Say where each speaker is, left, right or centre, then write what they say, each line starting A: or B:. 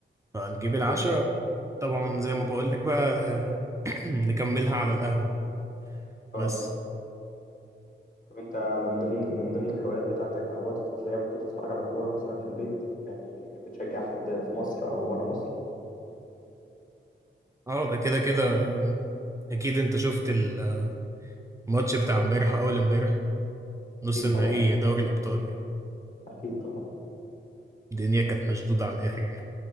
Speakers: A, on the right (about 15°); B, on the left (about 40°).
A: فهنجيب العشاء
B: حلو
A: طبعا زي ما بقولك بقى آه، <clears throat> نكملها على القهوة
B: اه
A: بس
B: طب انت من ضمن من ضمن الهوايات بتاعتك او وقت تسلية ممكن تتفرج على كورة مثلا في البيت يعني بتشجع حد في مصر او بره مصر
A: اه ده كده كده آه، اكيد انت شفت الماتش بتاع امبارح أو اول امبارح نص
B: اكيد
A: النهائي
B: طبعا
A: دوري الأبطال يعني
B: اكيد طبعا
A: الدنيا كانت مشدودة على الآخر يعني